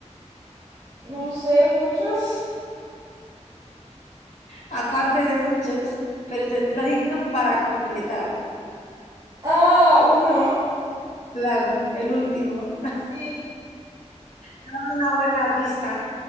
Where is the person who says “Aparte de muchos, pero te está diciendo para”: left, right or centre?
Left